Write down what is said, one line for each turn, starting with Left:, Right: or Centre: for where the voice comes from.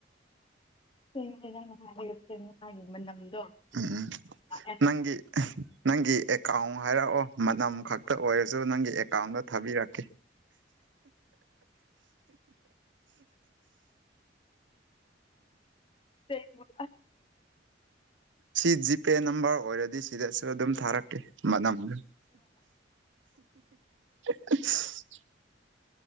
Left: <unintelligible> ꯁꯤꯗ ꯉꯥꯒꯤ ꯃꯅꯝꯗꯣ
Right: ꯎꯝ ꯎꯝ
Left: ꯂꯥꯛꯑꯦ
Right: ꯅꯪꯒꯤ ꯅꯪꯒꯤ ꯑꯦꯀꯥ꯭ꯎꯟ ꯍꯥꯏꯔꯛꯑꯣ ꯃꯅꯝ ꯈꯛꯇ ꯑꯣꯏꯔꯁꯨ ꯅꯪꯒꯤ ꯑꯦꯀꯥ꯭ꯎꯟꯗ ꯊꯥꯕꯤꯔꯛꯀꯦ
Left: <unintelligible>
Right: ꯁꯤ ꯖꯤꯄꯦ ꯅꯝꯕ꯭ꯔ ꯑꯣꯏꯔꯗꯤ ꯁꯤꯗꯁꯨ ꯑꯗꯨꯝ ꯊꯥꯔꯛꯀꯦ ꯃꯅꯝꯗꯨ <unintelligible>